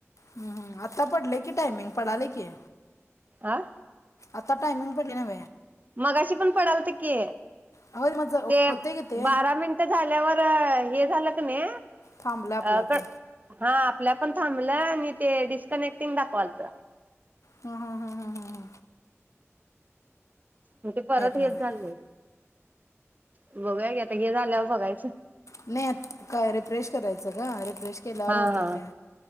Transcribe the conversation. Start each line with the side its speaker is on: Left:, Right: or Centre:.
Left: हम्म् आता पडलंय की टायमिंग पडालय की
Right: आं
Left: आता टायमिंग पडलंय नव्हे
Right: मगाशी पण पडालत की
Left: हो मग ज-
Right: ते
Left: होते की ते
Right: बारा मिनिट झाल्यावर हे झालं कणी अ
Left: थांबलं आपलं आपण
Right: हा आपल्या पण थांबलं आणि ते डिस्कनेक्टिंग दाखवालत
Left: हा हा हा हा हा
Right: मग ते परत हेच
Left: नाही बाई
Right: झाले बघूया की आता हे झाल्यावर बघायच
Left: नाही काय रिफ्रेश करायचं ग रिफ्रेश केल्यावर
Right: हा
Left: होतेय
Right: हा
Left: ते